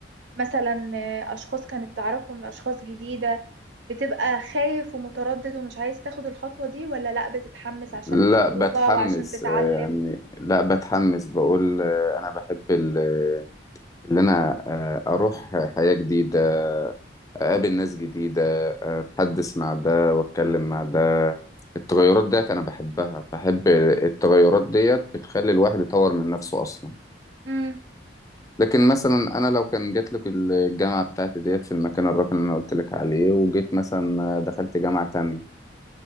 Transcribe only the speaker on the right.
مثلا آه، اشخاص كانت تعرفهم لاشخاص جديدة بتبقى خايف ومتردد ومش عايز تاخد الخطوة دي ولا لا بتتحمس عشان
التجربة
وعشان تتعلم
امم